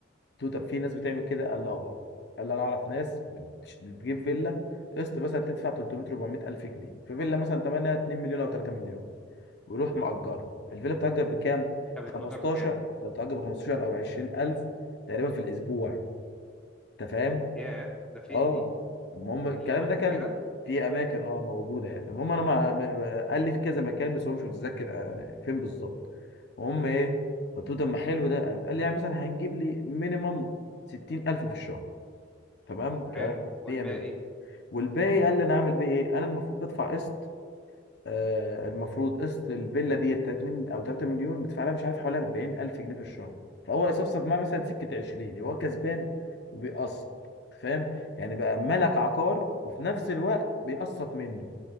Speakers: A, on the left (about 55°); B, in the centre.
A: قلت له طب في ناس بتعمل كده قال لي اه قال لي انا اعرف ناس بتش- بتجيب فيلا قسط مثلا تدفع 300 400 الف جنيه في فيلا مثلا ثمنها 2 مليون او 3 مليون ويروح مأجرها الفيلا بتأجر بكام؟
B: طب
A: ب
B: يبقى
A: 15
B: أجر بكام
A: ده بتأجر ب 15 او 20 الف تقريبا في الاسبوع انت فاهم
B: ياه ده فين
A: اه
B: دي
A: المهم الكلام
B: في أماكن
A: ده كان
B: كده
A: في اماكن اه موجوده يعني المهم انا ما ما- قال لي في كذا مكان بس هو مش متذكر آه، فين بالظبط المهم ايه قلت له طب ما حلو ده قال لي يعني مثلا هنجيب لي مينيمم 60000 في الشهر تمام
B: حلو
A: ك
B: والباقي
A: 100 100 والباقي قال لي انا اعمل بيه ايه انا المفروض بدفع قسط آه، المفروض قسط الفيلا دي 2 او 3 مليون بتدفع لها مش عارف حوالي 40 الف جنيه في الشهر فهو يصفصف معاه مثلا سكه 20 يبقى هو كسبان وبيقسط أنت فاهم يعني بقى ملك عقار وفي نفس الوقت بيقسط منه